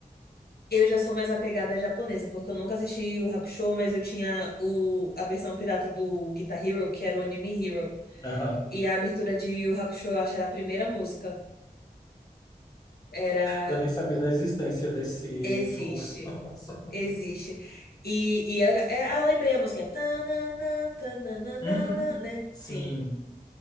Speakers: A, on the left; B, on the left.
A: Eu já sou mais apegada à japonesa, porque eu nunca assisti Yu Yu Hakusho, mas eu tinha o, a versão pirata do Guitar Hero, que era o Anime Hero.
B: Aham.
A: E a abertura de Yu Yu Hakusho, eu acho, era a primeira música. Era
B: Eu nem sabia da existência desse
A: Existe.
B: jogo famoso.
A: Existe.
B: <laughs>
A: E, e ela, é, ah, lembrei a música. É tananã, tananana,
B: Uhum.
A: né?
B: Sim,
A: Sim.